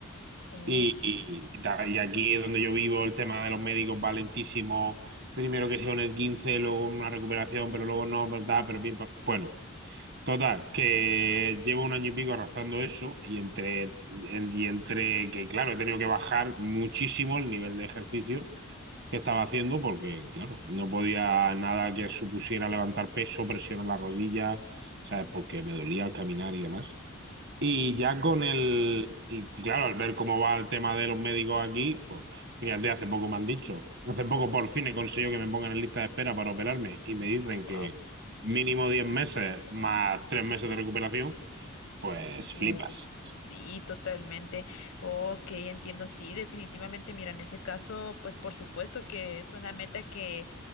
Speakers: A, on the left; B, on the right.
A: Oh,
B: Y, y- y aquí es donde yo vivo, el tema de los médicos va lentísimo. Primero que sea un esguince, luego una recuperación, pero luego no, pero tal, pero pim, pam. Bueno, Total, que llevo un año y pico arrastrando eso y entre, en- y entre que, claro, he tenido que bajar muchísimo el nivel de ejercicio que estaba haciendo porque, claro, no podía nada que supusiera levantar peso, presión en la rodilla, ¿sabes? Porque me dolía al caminar y demás. Y ya con el, y claro, al ver cómo va el tema de los médicos aquí, pues pf, fíjate, hace poco me han dicho, hace poco por fin he conseguido que me pongan en lista de espera para operarme y me dicen
A: wow.
B: que mínimo 10 meses más 3 meses de recuperación, pues
A: Uf,
B: flipas,
A: sí, totalmente. Ok, entiendo, sí, definitivamente. Mira, en ese caso, pues por supuesto que es una meta que,